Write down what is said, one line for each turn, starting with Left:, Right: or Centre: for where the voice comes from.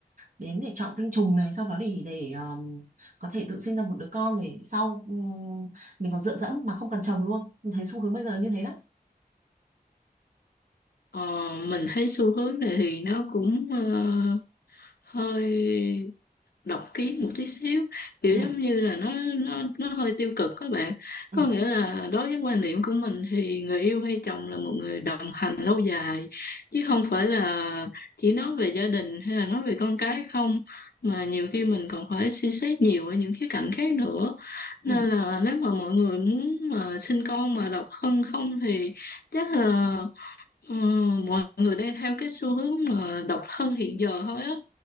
Right: đến để chọn tinh trùng này sau đó để để ờ, có thể tự sinh ra một đứa con để sau ừ, mình còn dựa dẫm mà không cần chồng luôn mình thấy xu hướng bây giờ như thế đó
Left: Ờ, mình thấy xu hướng này thì nó cũng ờ, hơi độc kiến một tí xíu kiểu
Right: ừ
Left: giống như là nó nó nó hơi tiêu cực các bạn
Right: ừ
Left: có nghĩa là đối với quan niệm của mình thì người yêu hay chồng là một người đồng hành lâu dài chứ không phải là chỉ nói về gia đình hay là nói về con cái không mà nhiều khi mình còn phải suy xét nhiều ở những khía cạnh khác nữa nên
Right: ừ
Left: là nếu mà mọi người muốn mà sinh con mà độc thân không thì chắc là Ờ, mọi người đang theo cái xu hướng mà độc thân hiện giờ thôi á